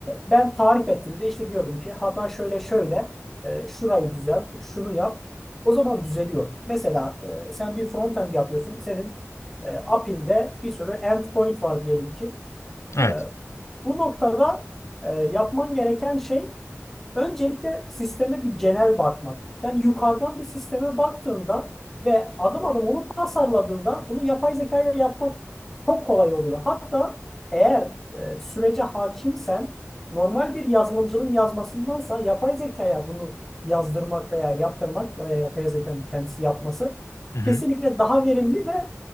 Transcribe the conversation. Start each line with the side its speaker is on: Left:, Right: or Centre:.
Centre: ben tarif ettiğimde işte diyordum ki hata şöyle şöyle e, şurayı düzelt, şunu yap. O zaman düzeliyor. Mesela e, sen bir frontend yapıyorsun. Senin e, API'nde bir sürü endpoint var diyelim ki.
Left: Evet.
Centre: E, bu noktada e, yapman gereken şey Öncelikle sisteme bir genel bakmak. Yani yukarıdan bir sisteme baktığında ve adım adım onu tasarladığında bunu yapay zeka ile yapmak çok kolay oluyor. Hatta eğer e, sürece hakimsen normal bir yazılımcının yazmasındansa yapay zekaya bunu yazdırmak veya yaptırmak veya yapay zekanın kendisi yapması
Left: Hı hı.
Centre: kesinlikle daha verimli ve